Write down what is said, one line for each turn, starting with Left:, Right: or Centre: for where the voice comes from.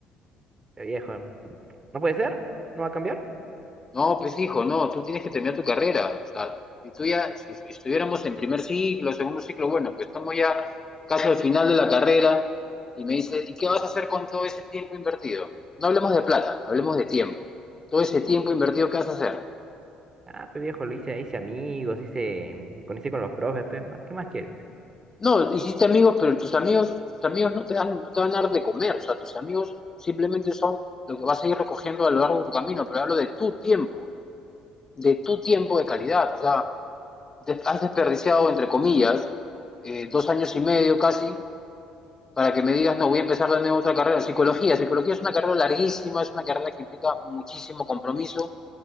Right: Pero viejo, ¿no puede ser? ¿No va a cambiar?
Left: No, pues hijo, no, tú tienes que terminar tu carrera. O sea, si tú ya, si fu- estuviéramos en primer ciclo, segundo ciclo, bueno, pues estamos ya casi al final de la carrera y me dice, ¿y qué vas a hacer con todo ese tiempo invertido? No hablemos de plata, hablemos de tiempo. Todo ese tiempo invertido, ¿qué vas a hacer?
Right: Ah, pues viejo, lo hice, hice amigos, hice, mm, me conocí con los profes, pe, ma- ¿qué más quieres?
Left: No, hiciste amigos, pero tus amigos, tus amigos no te dan, no te van a dar de comer, o sea, tus amigos simplemente son lo que vas a ir recogiendo a lo largo de tu camino, pero hablo de tu tiempo, de tu tiempo de calidad, o sea, has desperdiciado, entre comillas, eh, dos años y medio casi, para que me digas, no, voy a empezar de nuevo otra carrera. Psicología, psicología es una carrera larguísima, es una carrera que implica muchísimo compromiso.